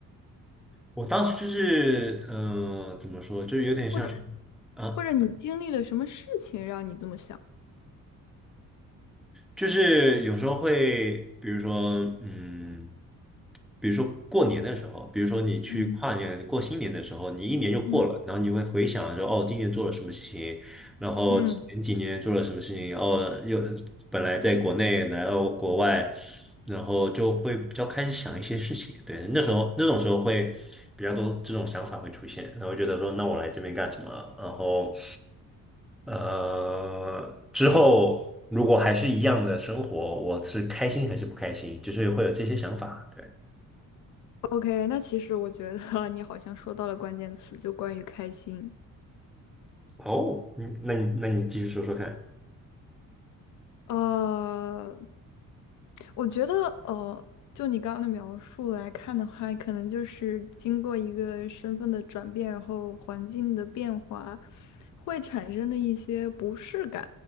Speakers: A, in the centre; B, on the left.
A: 我当时就是，嗯、怎么说，就是有点像是。
B: 或者，
A: 啊。
B: 或者你经历了什么事情让你这么想？
A: 就是有时候会，比如说，嗯，比如说过年的时候，比如说你去跨年、
B: 嗯
A: 过新年的时候，你一年就过了，
B: 嗯
A: 然后你会回想说，哦，今年做了什么事情，然后前几年做了什么事情，
B: 嗯
A: 然后又本来在国内来到国外，然后就会比较开始想一些事情。对，那时候那种时候会比较多这种想法会出现，然后觉得说，那我来这边干什么？然后，呃，之后如果还是一样的生活，我是开心还是不开心？就是会有这些想法。对，
B: ，OK，那其实我觉得 <laughs> 你好像说到了关键词，就关于开心。
A: 哦，嗯那你那你继续说说看。
B: 呃，我觉得，呃，就你刚刚的描述来看的话，可能就是经过一个身份的转变，然后环境的变化，会产生的一些不适感，